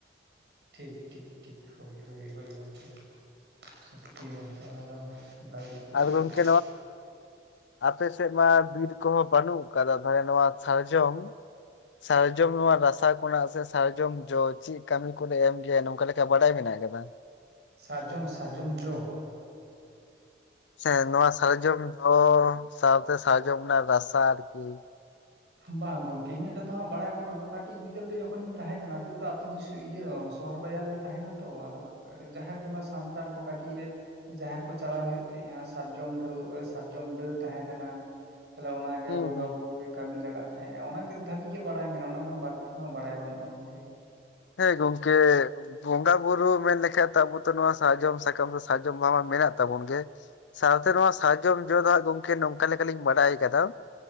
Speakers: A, on the right; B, on the left.
A: ᱴᱷᱤᱠ ᱴᱷᱤᱠ ᱴᱷᱤᱠ ᱦᱳᱭ ᱦᱳᱭ ᱜᱚᱢᱠᱮ ᱥᱚᱛᱛᱤᱭᱟ ᱚᱱᱟ ᱫᱚ ᱵᱷᱟᱜᱮ ᱵᱩᱡᱷᱟᱹᱜ
B: ᱟᱨ
A: ᱠᱟᱱᱟ
B: ᱜᱚᱝᱠᱮ
A: ᱾
B: ᱟᱯᱮ ᱥᱮᱫ ᱢᱟ ᱵᱤᱨ ᱠᱚᱦᱚᱸ ᱵᱟᱹᱱᱩᱜ ᱟᱠᱟᱫᱟ ᱛᱟᱦᱚᱞᱮ ᱱᱚᱣᱟ ᱥᱟᱨᱡᱚᱢ, ᱥᱟᱨᱡᱚᱢ ᱱᱚᱣᱟ ᱨᱟᱥᱟ ᱠᱚᱱᱟᱜ ᱥᱮ ᱥᱟᱨᱡᱚᱢ ᱡᱚ ᱪᱮᱫ ᱠᱟᱹᱢᱤ ᱠᱚᱨᱮ ᱮᱢ ᱜᱮᱭᱟ ᱱᱚᱝᱠᱟ, ᱵᱟᱰᱟᱭ ᱢᱮᱱᱟᱜ ᱟᱠᱟᱫᱟ ᱾
A: ᱥᱟᱨᱡᱚᱢ ᱥᱟᱨᱡᱚᱢ ᱡᱚ
B: ᱥᱮᱸ ᱱᱚᱣᱟ ᱥᱟᱨᱡᱚᱢ ᱡᱚ ᱥᱟᱶᱛᱮ ᱥᱟᱨᱡᱚᱢ ᱨᱮᱱᱟᱜ ᱨᱟᱥᱟ ᱟᱨᱠᱤ,
A: ᱵᱟᱝ ᱜᱚᱢᱠᱮ ᱤᱧᱟᱹᱜ ᱴᱟᱜ ᱫᱚ ᱦᱟᱸᱜ ᱵᱟᱲᱟᱭ ᱵᱟᱹᱱᱩᱜᱼᱟ ᱠᱟᱹᱴᱤᱡ ᱵᱤᱫᱟᱹᱞ ᱨᱮ ᱡᱚᱠᱷᱱᱤᱧ ᱛᱟᱦᱮᱸ ᱠᱟᱱᱟ ᱡᱮᱦᱮᱛᱩ ᱟᱛᱩ ᱫᱤᱥᱚᱢ, ᱤᱭᱟᱹ ᱥᱚᱦᱚᱨ ᱵᱟᱡᱟᱨ ᱞᱮ ᱛᱟᱦᱮᱱᱟ ᱛᱚ ᱟᱫᱚ ᱡᱟᱦᱮᱨ ᱵᱚᱸᱜᱟ ᱥᱟᱱᱛᱟᱲ ᱠᱚ ᱠᱟᱹᱴᱤᱡ ᱨᱮ, ᱡᱟᱦᱮᱨ ᱠᱚ ᱪᱟᱞᱟᱜ ᱦᱩᱭᱩᱜ ᱛᱟᱦᱮᱸᱫᱼᱟ ᱥᱟᱨᱡᱚᱢ ᱰᱟᱹ ᱥᱟᱨᱡᱚᱢ ᱰᱟᱹᱨ ᱛᱟᱦᱮᱸ ᱠᱟᱱᱟ, ᱛᱟᱦᱚᱞᱮ ᱚᱱᱟ ᱜᱮ
B: ᱦᱩᱸ
A: ᱵᱚᱸᱜᱟ
B: ᱦᱩᱸ
A: ᱵᱩᱨᱩ ᱨᱮ, ᱠᱟᱹᱢᱤ ᱞᱟᱜᱟᱜ ᱛᱟᱦᱮᱸᱜᱼᱟ ᱚᱱᱟᱜᱮ ᱫᱷᱟᱹᱵᱤᱡ ᱜᱮ ᱵᱟᱲᱟᱭ ᱢᱮᱱᱟᱜ-ᱟ ᱚᱱᱟ ᱠᱷᱚᱱ ᱵᱟᱹᱲᱛᱤ ᱫᱚ ᱦᱟᱸᱜ ᱵᱟᱲᱟᱭ ᱵᱟᱹᱱᱩᱜ-ᱟ ᱜᱚᱝᱠᱮ
B: ᱦᱮᱸ ᱜᱚᱝᱠᱮ ᱵᱚᱸᱜᱟ ᱵᱩᱨᱩ ᱢᱮᱱ ᱞᱮᱠᱷᱟᱡ ᱟᱵᱚ ᱱᱚᱣᱟ ᱥᱟᱨᱡᱚᱢ ᱥᱟᱠᱟᱢ ᱥᱟᱨᱡᱚᱢ ᱵᱟᱦᱟ ᱢᱟ ᱢᱮᱱᱟᱜ ᱛᱟᱵᱚᱱ ᱜᱮ ᱥᱟᱶᱛᱮ ᱱᱚᱣᱟ ᱥᱟᱨᱡᱚᱢ ᱡᱚ ᱫᱚ ᱦᱟᱸᱜ ᱜᱚᱝᱠᱮ ᱱᱚᱝᱠᱟ ᱞᱮᱠᱟᱞᱤᱧ ᱵᱟᱰᱟᱭ ᱟᱠᱟᱫᱟ